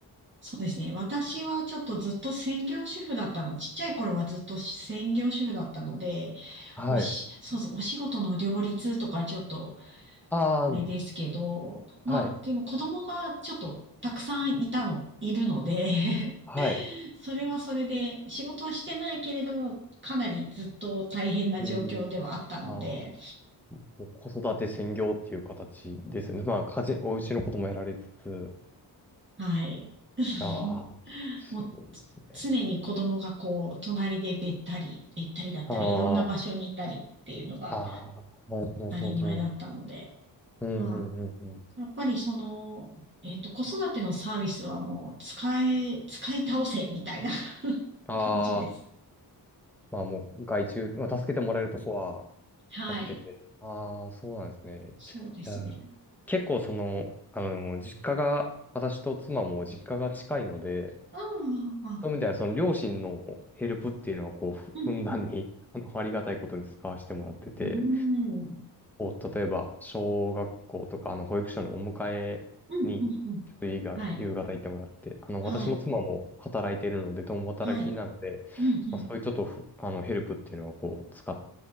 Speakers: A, on the right (about 30°); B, in the centre.
A: そうですね。私はちょっとずっと専業主婦だったの。ちっちゃい頃はずっと専業主婦だったので、
B: はい。
A: おし、そうそう、お仕事の両立とかちょっと
B: ああ、
A: あれですけど、まあ、
B: はい。
A: でも子供がちょっとたくさんいたの、いるので
B: はい。
A: <laughs> それはそれで、仕事はしてないけれども、かなりずっと大変な状況ではあったので、
B: うん。ああ、もう子育て専業っていう形ですよね。まあ、家事、お家のこともやられつつ。
A: はい。<laughs>
B: ああ、すごいですね。
A: もうつ常に子供がこう、隣でべったり、べったりだったり、
B: ああ、
A: いろんな場所にいたりっていうのが
B: ああ、ううんうんうん。
A: 当たり前だったので、
B: うんうんうんうん。
A: まあ、やっぱりその、えっと、子育てのサービスはもう使え、使い倒せみたいな <laughs>
B: ああ。
A: 感じです。
B: まあもう外注、まあ、助けてもらえるとこは
A: はい。
B: 助けて。ああ、そうなんですね。
A: そうですね。
B: いや、結構その、あの、実家が、私と妻も実家が近いので、
A: ああ、
B: そういう意味ではその両親のヘルプっていうのはこう、
A: ああ
B: ふふんだんに、
A: うん、
B: <laughs> あの、ありがたいことに使わせてもらってて、
A: うん、うん、
B: こう、例えば、小学校とか、あの、保育所のお迎えに、
A: うん、うん。うん
B: ちょっといいが、
A: はい。
B: 夕方行ってもらって、あの、
A: はい。
B: 私も妻も働いているので、共働きなので、
A: はい。うん、
B: まあ、そういうちょっとふ、あの、ヘルプっていうのはこう、使っ